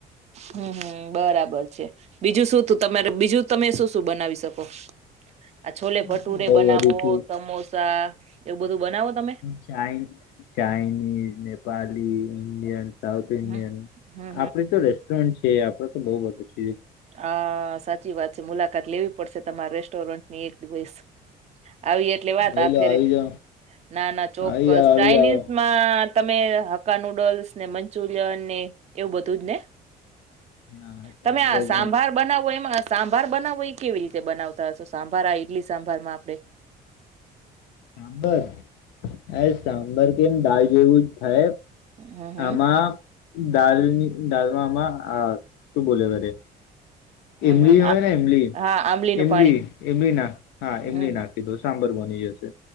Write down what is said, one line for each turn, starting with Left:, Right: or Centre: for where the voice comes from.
Right: હમ હમ બરાબર છે બીજું શું. તો તમારે બીજું તમે શું. શું બનાવી શકો. આ છોલે ભટુરે
Left: હું તો
Right: બનાવો સમોસા એવું બધું બનાવો તમે?
Left: <unintelligible> Chinese, Nepali Indian. સાઉથ ઇન્ડિયન
Right: હમ હમ
Left: આપડી તો રેસ્ટોરન્ટ્સ એ આપડે તો બહુ બધું
Right: હા સા ચી વાત છે મુલાકાત લેવી પડશે તમારા રેસ્ટોરન્ટની એક દિવસ. આવી એટલે વાત
Left: લઈ
Right: આ
Left: લો
Right: ફેરે
Left: આવી જાઓ
Right: ના ના ચોક્કસ
Left: આવી જાઓ આવી
Right: ચાાઈનીઝમાં
Left: જાઓ
Right: તમે હક્કા નુડલ્સ ને મંચુરિયન ને એવું બધું જ ને?
Left: હા પણ.
Right: તમે આ સાંભાર બનાવવો એમાં સાંભાર બનાવ ઉ એ કેવી રીતે બનાવતા હશો સાંભાર આ ઈડલી સાંભારમાં આપણે?
Left: સાંભર એય સાભ ર કેમ દાલ જેવું જ થાય.
Right: હમ હમ
Left: આમાં દાલની દાલમાંમાં આ શું બોલે વરે
Right: હમ
Left: ઈમલી
Right: હમ
Left: હોય
Right: આ
Left: ને ઈમલી
Right: હા આંબલીનું
Left: ઈમલી
Right: પાણી
Left: ઈમલી ના હા ઈમલી
Right: હમ હમ
Left: નાખી દો સાંભર તો બની જશે.